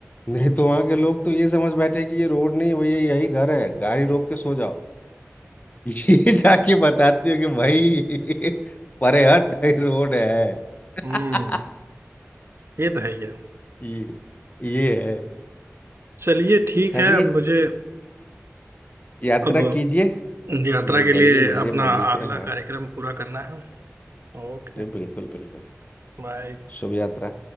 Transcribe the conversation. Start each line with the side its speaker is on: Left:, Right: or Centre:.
Left: नहीं तो वहां के लोग तो ये समझ बैठे कि ये रोड नहीं है भैया यही घर है गाड़ी रोक के सो जाओ <laughs> ये जाके बताती हो कि भाई <laughs> परे हट रोड है <laughs>
Right: हम्म ये तो है ये
Left: ये ये है
Right: चलिए ठीक
Left: चलिए
Right: है मुझे
Left: यात्रा
Right: अब
Left: कीजिए
Right: यात्रा के
Left: जाइए
Right: लिए
Left: मिलिए
Right: अपना
Left: भाजी
Right: अगला
Left: से हाँ
Right: कार्यक्रम पूरा करना है ओके
Left: जी बिल्कुल बिल्कुल
Right: बाय
Left: शुभ यात्रा